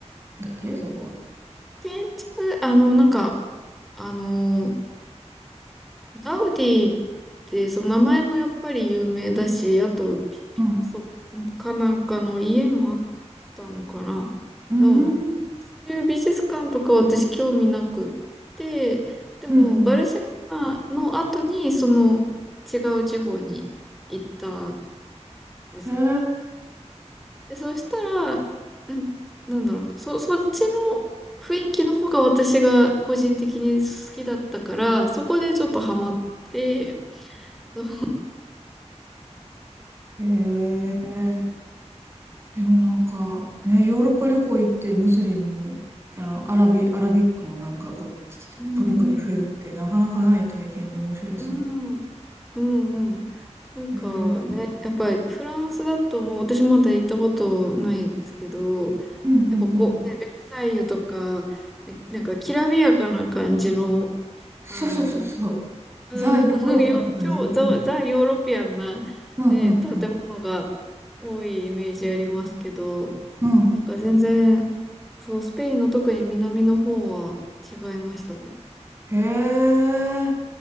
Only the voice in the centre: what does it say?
建築、あの、なんか、あの、ガウディって、その名前もやっぱり有名だし、あとピ、ピカソかなんかの家もあっ
たのかな。
でも、こういう美術館とかは私興味なくって、でも、
バルセロナの後に、その違う地方に行ったんですよ。
で、そしたら、なん、なんだろう、そ、そっちの雰囲気の方が私が個人的に好きだったから、そこでちょっとハマって、<laughs>
うんうん。
うんうんうん。なんかね、
やっぱりフランスだともう私まだ行ったことないですけど、
やっぱこう、ね、ベルサイユとか、ねなんかきらびやかな感じの、
あの、うん、
<laughs>
よ超ザ、
ザ・ヨーロピアンな、
ね、建物が多いイメージありますけど、
なんか全然、そう、スペインの特に南の方は違いましたね。